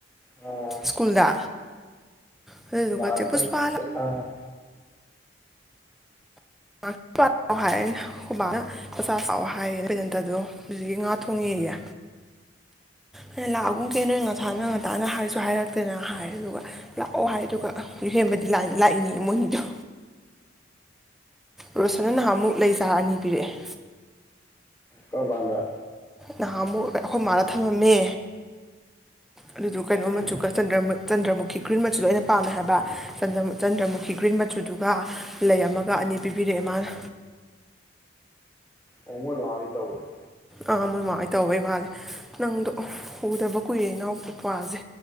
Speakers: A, on the left; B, in the centre.
A: ꯑꯥ
B: ꯁ꯭ꯀꯨꯜꯗ ꯑꯗꯨꯗꯨꯒ
A: ꯄꯥꯢꯔ
B: ꯆꯦ ꯄꯨꯁꯄꯥ
A: ꯆꯠ ꯆꯠꯂꯝꯃꯣ
B: <unintelligible> ꯈꯨꯕꯥꯅ ꯃꯆꯥ ꯆꯥꯎꯑꯣ ꯍꯥꯏꯌꯦ ꯕꯦꯗꯟꯇꯗꯣ ꯍꯧꯖꯤꯛꯀꯤ ꯉꯥ ꯊꯣꯡꯉꯦꯌꯦ ꯑꯩꯅ ꯂꯥꯛꯑꯒꯨꯝ ꯁꯦ ꯅꯣꯏ ꯉꯁꯥꯢꯅ ꯉꯟꯇꯥꯅ ꯍꯥꯏꯁꯨ ꯍꯥꯏꯔꯛꯇꯦꯅ ꯍꯥꯏꯔꯦ ꯑꯗꯨꯗꯨꯒ ꯂꯥꯛꯑꯣ ꯍꯥꯏꯔꯦ ꯑꯗꯨꯒ ꯌꯨꯍꯦꯟꯕꯗꯤ ꯂꯥꯏꯟꯗ ꯂꯥꯛꯏꯅꯦ ꯌꯦ ꯃꯣꯏꯅꯤꯗꯣ ꯔꯣꯁꯟꯅ ꯅꯍꯥꯟꯃꯨꯛ ꯂꯩꯆꯥꯔ ꯑꯅꯤ ꯄꯤꯔꯛꯑꯦ
A: ꯀꯔꯝ ꯀꯥꯟꯗ
B: ꯅꯍꯥꯃꯨꯛ ꯑꯩꯈꯣꯏ ꯃꯥꯗ ꯊꯝꯃꯝꯃꯦ ꯑꯗꯨꯗꯨ ꯀꯩꯅꯣ
A: ꯑꯥ
B: ꯃꯆꯨꯒ ꯆꯟꯗ꯭ꯔꯃ ꯆꯟꯗ꯭ꯔꯃꯨꯈꯤ ꯒ꯭ꯔꯤꯟ ꯃꯆꯨ ꯑꯩꯅ ꯄꯥꯝꯃꯦ ꯍꯥꯏꯕ ꯆꯟꯗ꯭ꯔꯃ ꯆꯟꯗ꯭ꯔꯃꯨꯈꯤ ꯒ꯭ꯔꯤꯟ ꯃꯆꯨꯗꯨꯒ ꯂꯩ ꯑꯃꯒ ꯑꯅꯤ ꯄꯤꯕꯤꯔꯛꯑꯦ ꯃꯥꯅ
A: ꯑꯣ ꯃꯣꯏ ꯃꯥ ꯍꯣꯏ ꯇꯧꯕꯅꯤ
B: ꯑ ꯑꯥ ꯃꯣꯏꯃꯥ ꯍꯣꯏ ꯇꯧꯕꯩ ꯃꯥꯜꯂꯦ ꯅꯪꯗꯣ ꯎꯗꯕ ꯀꯨꯏꯔꯦ ꯏꯅꯥꯎ ꯏꯄꯥ꯭ꯁꯦ